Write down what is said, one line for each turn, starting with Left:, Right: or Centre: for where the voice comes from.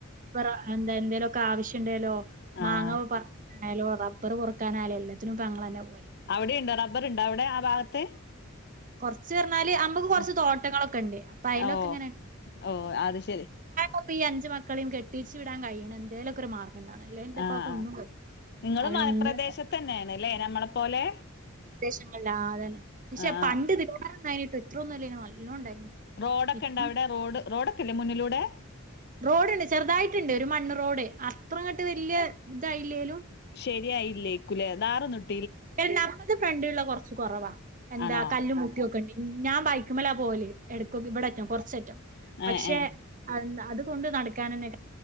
Right: പറ എന്താ എന്തേലൊക്കെ ആവശ്യം ഉണ്ടലോ
Left: ആഹ്
Right: മാങ്ങ പറ ആയാലും റബ്ബർ പോറകാനായാലും എല്ലത്തിനും ഞങ്ങൾ ന്നെ പോവൽ
Left: അവിടെ ഇണ്ടോ റബ്ബർ ണ്ടോ അവിടെ ആ ഭാഗത്ത്
Right: കൊറച്ച് പറഞ്ഞാല് അമ്മക്ക് കൊർച്ച്
Left: ഉം
Right: തോട്ടങ്ങളൊക്കെ ഉണ്ട് അപ്പൊ അയ്ലൊക്കെ
Left: ഓഹ്
Right: ഇങ്ങനെ
Left: ഓഹ് അത് ശരി
Right: അപ്പൊ അഞ്ച് മക്കളും കെട്ടിച്ച് വിടാൻ കഴിയണം എന്തേലൊക്കെ ഒരു മാ അത് കൊണ്ടാണല്ലോ ഇന്റെ
Left: ആഹ്
Right: ഉപ്പാക്ക്
Left: ആഹ്
Right: ഒന്നും കയി
Left: നിങ്ങള്
Right: അയിനൊന്നിനും
Left: മലപ്രദേശത്ത്
Right: <unintelligible>
Left: തന്നെയാണ്ല്ലേ നമ്മളെ പോലെ
Right: പ്രദേശങ്ങളില് ആഹ് അതന്നെ പക്ഷെ
Left: ആഹ്
Right: പണ്ട് ഇതിങ്ങനെ <unintelligible> ഇത്രയൊന്നും അല്ലേയ്നി നല് നല്ലോം ഇണ്ടായിനി
Left: റോഡൊക്കെ
Right: ഇപ്പ
Left: ഇണ്ടാ അവിടെ റോഡ് റോഡൊക്കെ ഇല്ലേ മുന്നിലൂടെ?
Right: റോഡ് ഇണ്ട് ചെറുതായിട്ടുണ്ട് ഒരു മണ്ണ് റോഡ് അത്ര ഇങ്ങട്ട് വെല്യ ഇതായില്ലേലും
Left: ശരിയായില്ലേക്കുലെ ഥാറൊന്നും ഇട്ട്
Right: അയിന് നമ്മക്ക് ഫ്രണ്ടില്ള്ള കൊറച്ച് കൊറവാ എന്താ
Left: ആണോ
Right: കല്ലറും മുട്ടിയൊക്കെ <unintelligible> ഞാൻ ബൈക്കുമ്മലാ പോവല് എടക്കൊക്ക് ഇവിടെറ്റം കൊറച്ചറ്റം പക്ഷെ
Left: ഏഹ് ഏഹ്
Right: അതെന്താ അതുകൊണ്ട് നടക്കാനെന്നെ